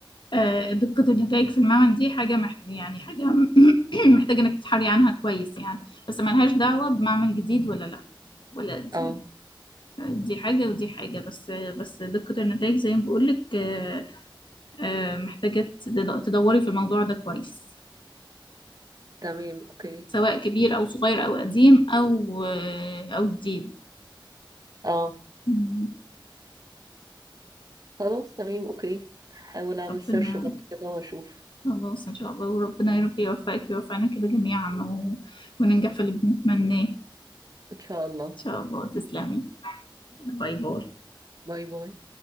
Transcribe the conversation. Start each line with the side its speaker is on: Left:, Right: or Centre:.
Left: آه، دقة النتائج في المعمل دي حاجة محت... يعني حاجة <clears throat> محتاجة انك تتحري عنها كويس يعني بس ملهاش دعوة بمعمل جديد ولا لا ولا دي
Right: اه
Left: دي حاجة ودي حاجة بس بس دقة النتائج زي ما بقولك آه، آه، محتاجة تد- تدوري في الموضوع ده كويس
Right: تمام اوكي
Left: سواء كبير أو صغير أو قديم أو آه، أو جديد
Right: اه
Left: مم.
Right: خلاص تمام اوكي هحاول اعمل
Left: ربنا
Right: سيرش برضه كده واشوف
Left: خلاص إن شاء الله وربنا يا رب يوفقك ويوفقنا كده جميعا و... وننجح في اللي بنتمناه إن
Right: ان شاء الله
Left: شاء الله تسلمي باي باي
Right: باي باي